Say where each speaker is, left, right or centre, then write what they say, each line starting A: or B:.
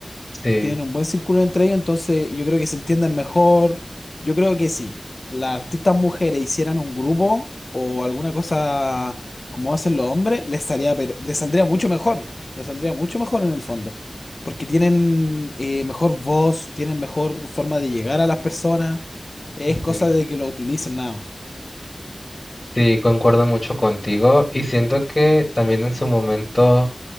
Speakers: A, on the left (about 35°); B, on the left (about 55°).
A: Sí.
B: Tienen un buen círculo entre ellos, entonces yo creo que se entienden mejor. Yo creo que si las artistas mujeres hicieran un grupo o alguna cosa como hacen los hombres, les estaría, pero- les saldría mucho mejor. Les saldría mucho mejor en el fondo. Porque tienen eh, mejor voz, tienen mejor forma de llegar a las personas. Es cosa
A: ujú.
B: de que lo utilicen nada más.
A: Sí, concuerdo mucho contigo. Y siento que también en su momento,